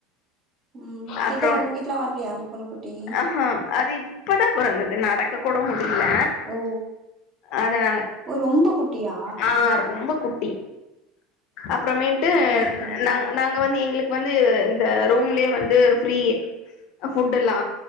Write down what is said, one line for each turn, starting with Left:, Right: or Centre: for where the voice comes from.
Right: ம்
Left: அப்றோ
Right: கிட்ட உங்க கிட்டலா வரலையா அந்த பூனக்குட்டி
Left: அஹ அது இப் இப்பதா பொறந்தது நடக்க கூட முடி இல்ல
Right: ஓ
Left: அதனால
Right: ஓ ரொம்ப குட்டியா
Left: ஆ ரொம்ப குட் ட்டி அப்பறமேட்டு
Right: ஓகே ஓகே
Left: நா நாங்க வந்து எங்களுக் வந்து இந்த ரூம்லலே வந்து ஃப்ரீ ஃபுட்டெல்லா